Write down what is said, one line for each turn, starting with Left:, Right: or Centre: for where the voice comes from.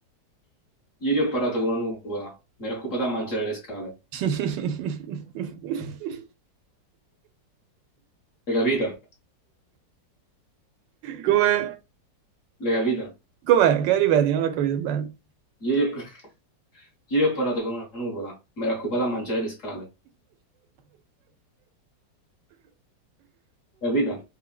Left: Ieri ho parlato con una nuvola, mi ero occupata a mangiare le scale.
Right: <laughs>
Left: L'hai capita?
Right: Come?
Left: L'hai capita?
Right: Com'è? Che ripeti? Non l'ho capito bene.
Left: Ieri ho... <laughs> Ieri ho parlato con una nuvola, mi ero occupata a mangiare le scale. L'hai capita?